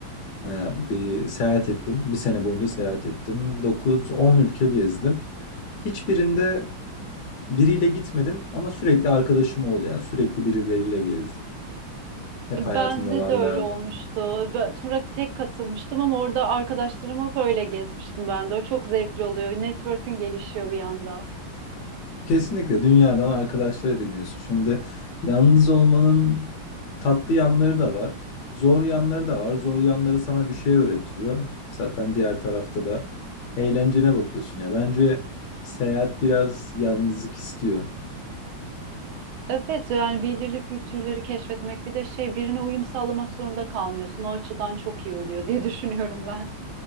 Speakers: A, on the left; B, on the right.
A: e, bir seyahat ettim. Bir sene boyunca seyahat ettim. 9-10 ülke gezdim. Hiçbirinde biriyle gitmedim ama sürekli arkadaşım oldu yani. Sürekli birileriyle gezdim. Hep
B: E,
A: hayatımda
B: Bende
A: varlardı.
B: de öyle olmuştu. Ben tura tek katılmıştım ama orada arkadaşlarıma böyle gezmiştim ben de. O çok zevkli oluyor. Network'ün gelişiyor bir anda.
A: Kesinlikle dünyadan arkadaşlar ediniyorsun. Şimdi yalnız olmanın tatlı yanları da var. Zor yanları da var. Zor yanları sana bir şey öğretiyor. Zaten diğer tarafta da eğlencene bakıyorsun ya. Bence seyahat biraz yalnızlık istiyor.
B: Evet yani belirli kültürleri keşfetmek bir de şey birine uyum sağlamak zorunda kalmıyorsun. O açıdan çok iyi oluyor diye <laughs> düşünüyorum ben.